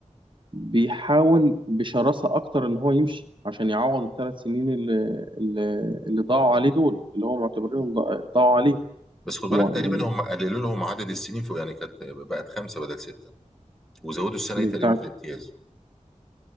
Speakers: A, on the right; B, in the centre.
A: بيحاول بشراسة أكتر إن هو يمشي عشان يعوض الثلاث سنين اللي, اللي, اللي ضاعوا عليه دول اللي هو معتبرينهم ضا- ضاعوا عليه
B: بس خد بالك
A: هو
B: تقريبا
A: يعني
B: هم قللوا لهم عدد السنين في يعني كانت بقت خمسه بدل سته وزودوا السنه
A: بتاع
B: دي تقريبا في الامتياز